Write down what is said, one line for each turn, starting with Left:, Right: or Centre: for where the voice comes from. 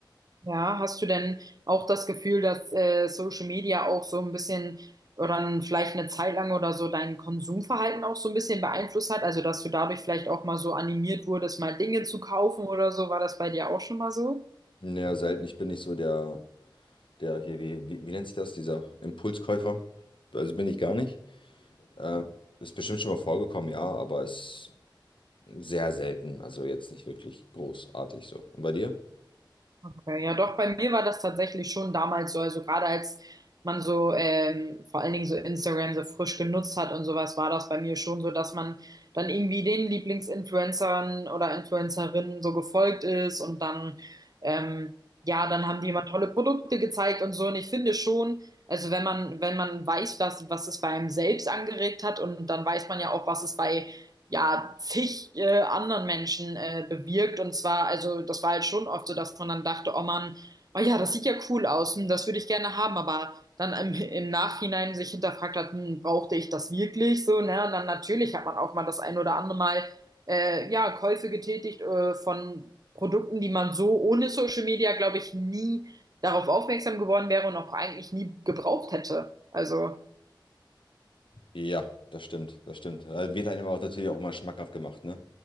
Right: Ja, hast du denn auch das Gefühl, dass äh, Social Media auch so ein bisschen oder n- vielleicht eine Zeit lang oder so dein Konsumverhalten auch so ein bisschen beeinflusst hat? Also, dass du dadurch vielleicht auch mal so animiert wurdest, mal Dinge zu kaufen oder so? War das bei dir auch schon mal so?
Left: Naja, selten. Ich bin nicht so der, der hier, wie, wie, wie nennt sich das, dieser Impulskäufer. Also bin ich gar nicht. Ähm, ist bestimmt schon mal vorgekommen, ja, aber ist sehr selten. Also jetzt nicht wirklich großartig so. Und bei dir?
Right: Okay, ja doch, bei mir war das tatsächlich schon damals so, also gerade als man so ähm, vor allen Dingen so Instagram so frisch genutzt hat und sowas, war das bei mir schon so, dass man dann irgendwie den Lieblingsinfluencern oder Influencerinnen so gefolgt ist und dann, ähm, ja, dann haben die immer tolle Produkte gezeigt und so und ich finde schon, also wenn man, wenn man weiß, dass, was es bei einem selbst angeregt hat und dann weiß man ja auch, was es bei ja, zig äh, anderen Menschen äh, bewirkt. Und zwar, also das war halt schon oft so, dass man dann dachte, oh Mann, oh ja, das sieht ja cool aus, hm, das würde ich gerne haben, aber dann im, im Nachhinein sich hinterfragt hat, hm, brauchte ich das wirklich so, ne? Und dann natürlich hat man auch mal das ein oder andere Mal äh, ja, Käufe getätigt äh, von Produkten, die man so ohne Social Media, glaube ich, nie darauf aufmerksam geworden wäre und auch eigentlich nie gebraucht hätte. Also,
Left: Ja, das stimmt, das stimmt. Also wird einem auch natürlich auch immer schmackhaft gemacht, ne?